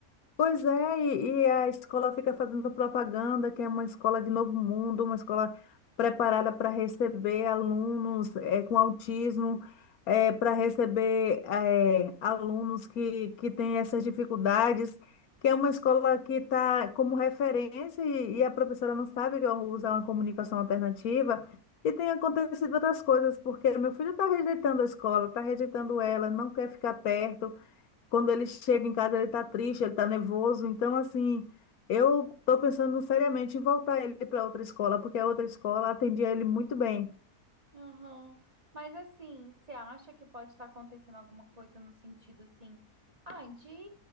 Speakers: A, on the left; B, on the right.
A: Pois é, e, e a escola fica fazendo propaganda, que é uma escola de novo mundo, uma escola preparada para receber alunos eh, com autismo, para receber eh, alunos que, que têm essas dificuldades, que é uma escola que está como referência e, e a professora não sabe usar uma comunicação alternativa. E tem acontecido outras coisas, porque meu filho está rejeitando a escola, está rejeitando ela, não quer ficar perto quando ele chega em casa, ele tá triste, ele tá nervoso. Então, assim, eu tô pensando seriamente em voltar ele para outra escola, porque a outra escola atendia ele muito bem.
B: Aham. Mas assim, você acha que pode estar acontecendo alguma coisa no sentido assim, ah, de,